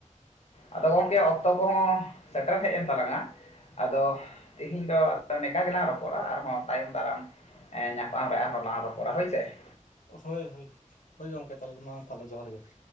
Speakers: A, on the left; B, on the left.
A: ᱟᱫᱚ ᱜᱚᱝᱠᱮ ᱚᱠᱛᱚ ᱠᱚᱦᱚᱸ ᱥᱮᱴᱮᱨ ᱦᱮᱡ ᱮᱱ ᱛᱟᱞᱟᱝ-ᱟ᱾ ᱟᱫᱚ ᱛᱮᱦᱤᱧ ᱫᱚ ᱱᱮᱝᱠᱟ ᱜᱮᱞᱟᱝ ᱨᱚᱯᱚᱲᱟ ᱟᱨᱦᱚᱸ ᱛᱟᱭᱚᱢ ᱫᱟᱨᱟᱢ, ᱧᱟᱯᱟᱢ ᱨᱮ ᱟᱨᱦᱚᱸ ᱞᱟᱝ ᱨᱚᱯᱚᱲᱟ ᱦᱳᱭ ᱥᱮ ᱾
B: ᱦᱳᱭ-ᱦᱳᱭ, ᱦᱳᱭ ᱜᱚᱢᱠᱮ ᱛᱟᱦᱚᱞᱮ ᱢᱟ ᱛᱟᱦᱚᱞᱮ ᱡᱚᱦᱟᱨ ᱜᱮ ᱾